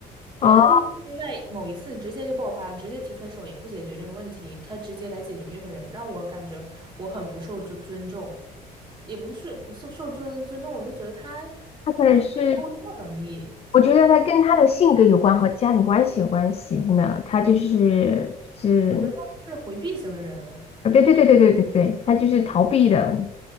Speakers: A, on the right; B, on the left.
A: 对，
B: 哦，
A: 他就在某一次直接就爆发了，直接提分手也不解决这个问题，他直接来解决这个人，让我感觉我很不受尊尊重，也不是不受受尊尊重，我就觉得他
B: 他可能是。
A: 沟通的能力，
B: 我觉得他跟他的性格有关和家庭关系有关系，真的，他就是就是，
A: 我觉得是回避型的人，
B: 啊，对对对对对对对，他就是逃避的，